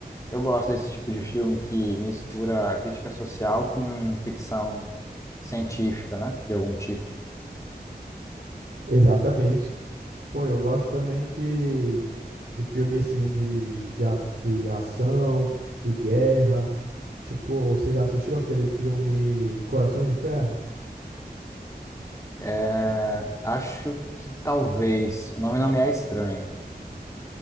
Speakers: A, on the left; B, on the right.
A: Eu gosto desse tipo de filme que mistura a crítica social com ficção científica, né? De algum tipo.
B: Exatamente. Pô, eu gosto também de, de filme assim de, de, a- de ação, de guerra. Tipo, você já assistiu aquele filme Corações de Ferro?
A: É, acho que talvez. O nome não me é estranho.